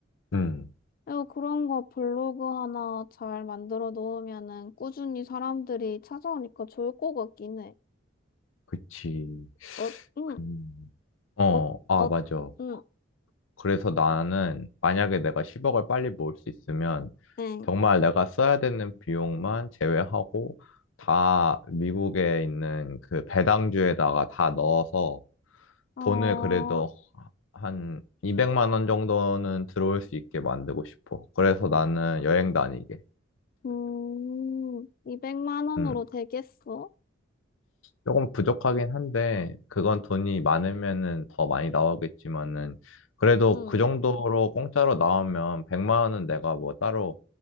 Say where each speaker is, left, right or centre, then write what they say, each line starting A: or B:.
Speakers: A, on the left; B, on the left.
A: 음,
B: 어, 그런 거 블로그 하나 잘 만들어 놓으면은 꾸준히 사람들이 찾아오니까 좋을 것 같긴 해.
A: 그치.
B: 어, 응,
A: 그 어,
B: 어,
A: 아,
B: 어,
A: 맞아.
B: 응,
A: 그래서 나는 만약에 내가 10억을 빨리 모을 수 있으면
B: 응.
A: 정말 내가 써야 되는 비용만 제외하고 다 미국에 있는 그 배당주에다가 다 넣어서
B: 어,
A: 돈을 그래도 한 200만 원 정도는 들어올 수 있게 만들고 싶어. 그래서 나는 여행 다니게.
B: 음, 200만 원으로
A: 음.
B: 되겠어?
A: 조금 부족하긴 한데, 그건 돈이 많으면은 더 많이 나오겠지만은, 그래도
B: 응,
A: 그 정도로 공짜로 나오면 100만 원은 내가 뭐 따로